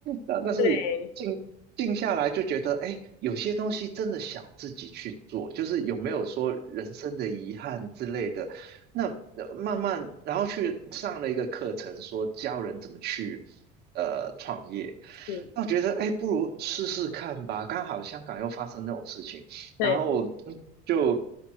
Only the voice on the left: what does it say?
对，
是，
对